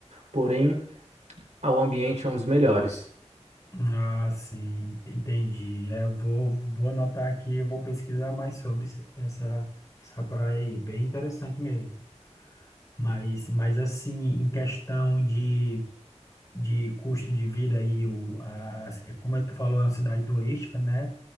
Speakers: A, on the right (about 75°); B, on the left (about 30°).
A: porém. Ah, o ambiente é um dos melhores.
B: Ah, sim, entendi. É, eu vou, vou anotar aqui, eu vou pesquisar mais sobre esse- essa, essa praia aí, bem interessante mesmo. Mas, mas assim, em questão de, de custo de vida aí, o, a, como é que tu falou, é uma cidade turística, né?